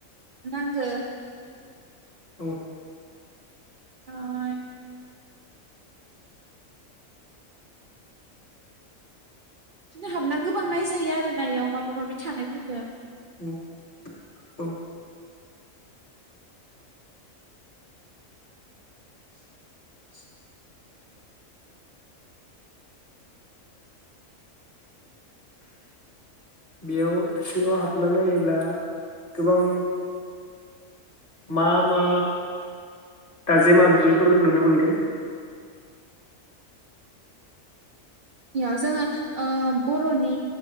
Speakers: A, on the right; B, on the left.
A: नांगो
B: औ
A: फ्राय बिदिनो हाबना गोबां नायजायो आरो ना एयाव माबा माबि थानायफोरखौ।
B: औ औ
A: <inaudible>
B: बेयाव सिङाव हाबना नायोबा गोबां मा मा दाजेम आगजुफोर नुनो मोनगोन?
A: बेयाव जोङो ओ बर'नि